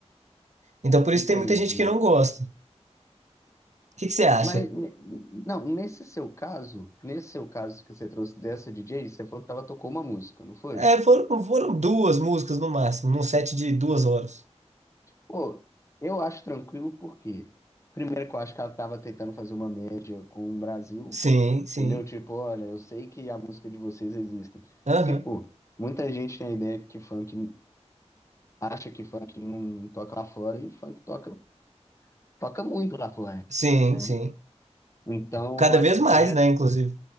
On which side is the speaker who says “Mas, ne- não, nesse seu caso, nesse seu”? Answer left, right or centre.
Left